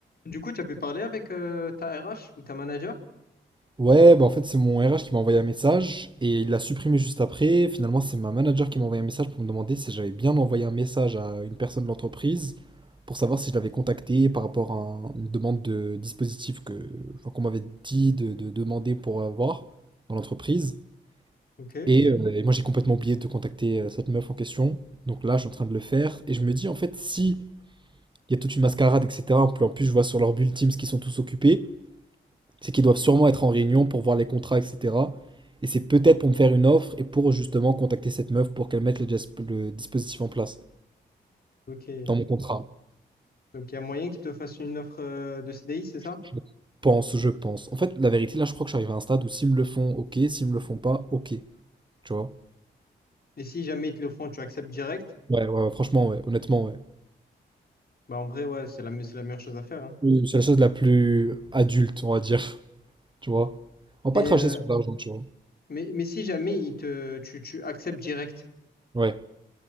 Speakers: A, on the left; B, on the right.
A: Du coup, tu as pu parler avec euh, ta RH ou ta manager?
B: Ouais, bah en fait, c'est mon RH qui m'a envoyé un message et il l'a supprimé juste après. Finalement, c'est ma manager qui m'a envoyé un message pour me demander si j'avais bien envoyé un message à une personne de l'entreprise pour savoir si je l'avais contacté par rapport à un- une demande de dispositif que, enfin, qu'on m'avait dit de, de demander pour avoir dans l'entreprise.
A: Ok,
B: Et, euh, et moi, j'ai complètement oublié de contacter euh, cette meuf en question. Donc là, je suis en train de le faire et je me dis, en fait, si il y a toute une mascarade, etc., en plus, en plus, je vois sur leur bulle Teams qu'ils sont tous occupés. C'est qu'ils doivent sûrement être en réunion pour voir les contrats, etc. Et c'est peut-être pour me faire une offre et pour justement contacter cette meuf pour qu'elle mette le, jas- le dispositif en place
A: ok.
B: dans mon contrat.
A: Donc, il y a moyen qu'ils te fassent une offre euh, de CDI, c'est ça?
B: Je pense, je pense. En fait, la vérité, là, je crois que j'arrive à un stade où s'ils me le font, ok. S'ils me le font pas, ok. Tu vois?
A: Et si jamais ils te le font, tu acceptes direct?
B: Ouais, ouais, ouais, franchement, ouais. Honnêtement, ouais.
A: Bah, en vrai, ouais, c'est la, me- c'est la meilleure chose à faire. hein.
B: Oui, c'est la chose la plus adulte, on va dire. <laughs> Tu vois? On va
A: Et,
B: pas cracher
A: euh,
B: sur de l'argent, tu vois.
A: mais, mais si jamais ils te, tu, tu acceptes direct,
B: Ouais,